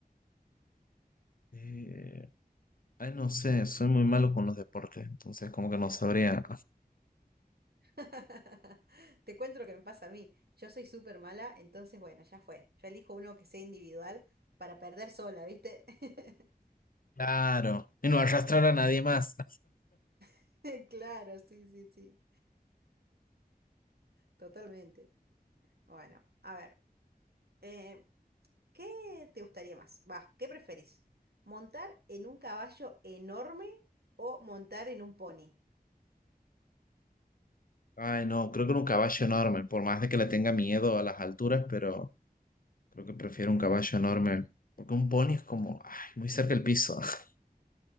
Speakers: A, on the left; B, on the right.
A: Eh, ay, no sé, soy muy malo con los deportes, entonces como que no sabría.
B: <laughs> Te cuento lo que me pasa a mí. Yo soy súper mala, entonces bueno, ya fue. Yo elijo uno que sea individual para perder sola, ¿viste? <laughs>
A: Claro, y no arrastrar a nadie más.
B: <laughs> Claro, sí, sí, sí, totalmente. Bueno, a ver. eh, ¿Qué te gustaría más? Va, ¿qué preferís? ¿Montar en un caballo enorme o montar en un pony?
A: Ay, no, creo que era un caballo enorme, por más de que le tenga miedo a las alturas, pero... Creo que prefiero un caballo enorme, porque un pony es como, ay, muy cerca del piso. <laughs>